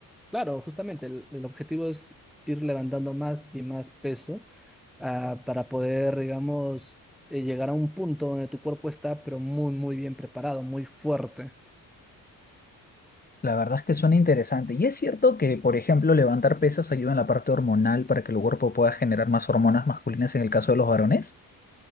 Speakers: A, in the centre; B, on the left.
A: Claro, justamente el, el objetivo es ir levantando más y más peso ah, para poder, digamos, eh, llegar a un punto donde tu cuerpo está, pero muy, muy bien preparado, muy fuerte.
B: La verdad es que suena interesante. Y es cierto que, por ejemplo, levantar pesas ayuda en la parte hormonal para que el cuerpo pueda generar más hormonas masculinas en el caso de los varones.